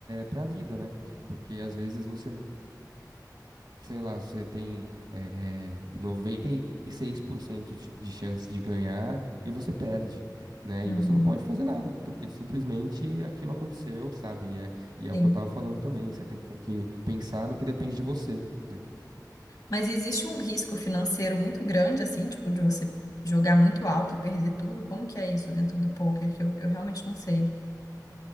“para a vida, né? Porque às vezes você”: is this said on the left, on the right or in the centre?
Right